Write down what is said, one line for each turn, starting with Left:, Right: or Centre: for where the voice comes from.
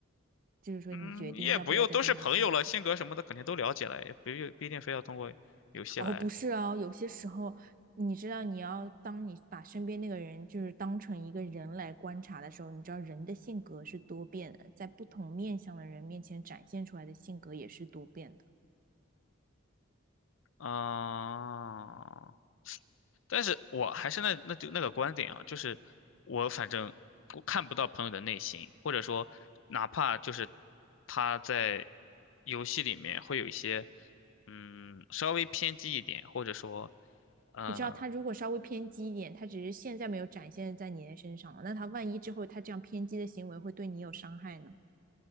Right: 就是说你决定要不要再跟他相处。
Left: 嗯，你也不用，都是朋友了，性格什么的肯定都了解了，也不用不一定非要通过游戏来。
Right: 哦，不是啊，有些时候，你知道，你要当你把身边那个人就是当成一个人来观察的时候，你知道人的性格是多变的，在不同面相的人面前展现出来的性格也是多变的。
Left: 啊、但是我还是那那就那个观点啊，就是我反正我看不到朋友的内心，或者说哪怕就是他在游戏里面会有一些嗯稍微偏激一点，或者说嗯
Right: 你知道，他如果稍微偏激一点，他只是现在没有展现在你的身上，那他万一之后他这样偏激的行为会对你有伤害呢？